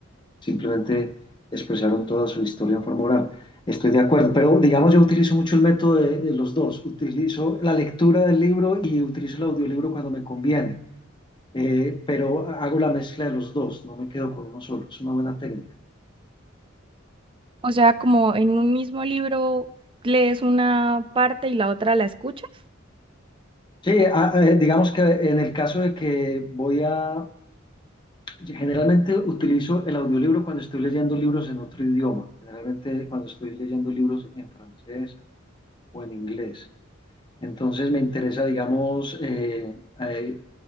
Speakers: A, on the left; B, on the right.
A: simplemente expresaron toda su historia en forma oral. Estoy de acuerdo, pero digamos yo utilizo mucho el método de, de los dos. Utilizo la lectura del libro y utilizo el audiolibro cuando me conviene, eh, pero hago la mezcla de los dos, no me quedo con uno solo, es una buena técnica.
B: O sea, como en un mismo libro lees una parte y la otra la escuchas.
A: Sí, a- a- eh, digamos que en el caso de que voy a, generalmente utilizo el audiolibro cuando estoy leyendo libros en otro idioma, generalmente cuando estoy leyendo libros en francés o en inglés. Entonces me interesa, digamos, eh, eh,